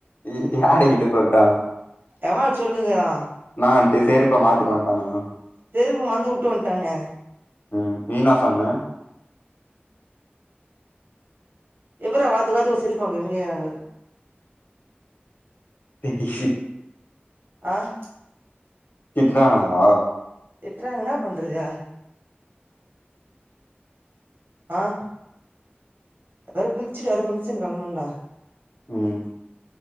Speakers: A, on the left; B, on the right.
A: இ யாருகிட்ட சொல்ட்டான்
B: எவ சொல்லுங்கிறா
A: நான் சேரப்ப மாத் வன்டானா
B: செருப்பு மறந்து வுட்டு வன்ட்டானே
A: உம் நீனா சொன்ன
B: எப்பர்ரா வாத்து வாத்து ஒரு செருப்பு வாங்குறனு கேக்குறாங்க
A: <unintelligible>
B: ஆஹ்
A: திட்னாங்களா
B: திட்றாங்க என்னா பண்றது ஆஹ் இப்ப வேற குளிச்சுட்டு வேற பங்க்ஷனு கிளம்பனுன்டா
A: உம்